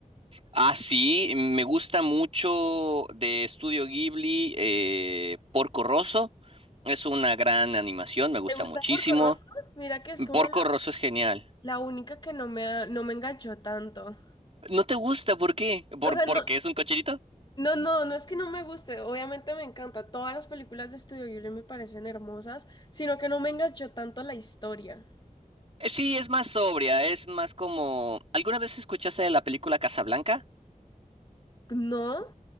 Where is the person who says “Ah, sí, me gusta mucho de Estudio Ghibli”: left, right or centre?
Right